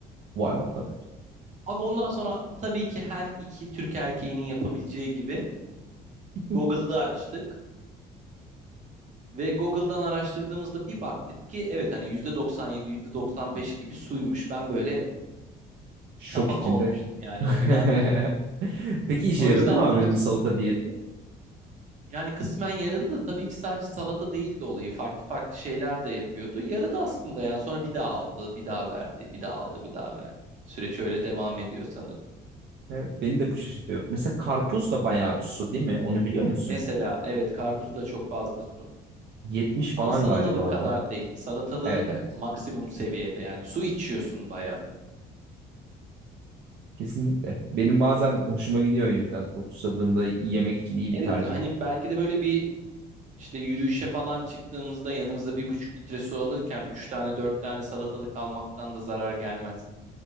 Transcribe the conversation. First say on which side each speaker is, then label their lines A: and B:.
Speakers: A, on the right; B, on the right.
A: Vay arkadaş.
B: Abi ondan sonra tabii ki her iki Türk erkeğinin yapabileceği gibi
A: <laughs>
B: Google'da açtık. Ve Google'dan araştırdığımızda bir baktık ki evet hani yüzde 97 yüzde 95 gibi suymuş. Ben böyle
A: Şok
B: kapak
A: içinde.
B: olmuştum yani
A: <laughs>
B: o gün aynen.
A: Peki işe
B: O
A: yaradı
B: yüzden
A: mı
B: unutmuyorum.
A: abinin bu salata diyeti?
B: Yani kısmen yaradı da tabii ki sadece salata değildi olayı. Farklı farklı şeyler de yapıyordu. Yaradı aslında ya. Sonra bir daha aldı, bir daha verdi, bir daha aldı, bir daha verdi. Süreç öyle devam ediyor sanırım.
A: He, beni de bu şaşırtıyor. Mesela karpuz da bayağı bir su değil mi? Onu biliyor musun?
B: Mesela evet karpuzda çok fazla su.
A: 70
B: Ama
A: falan
B: salatalık
A: galiba
B: kadar
A: da.
B: değil. Salatalığın
A: Evet evet.
B: maksimum seviyede yani su içiyorsun baya.
A: Kesinlikle. Benim bazen hoşuma gidiyor o yüzden. Çok susadığımda yemek için iyi
B: Evet
A: bir tercih.
B: hani belki de böyle bir işte yürüyüşe falan çıktığımızda yanımıza bir buçuk litre su alırken üç tane dört tane salatalık almaktan da zarar gelmez.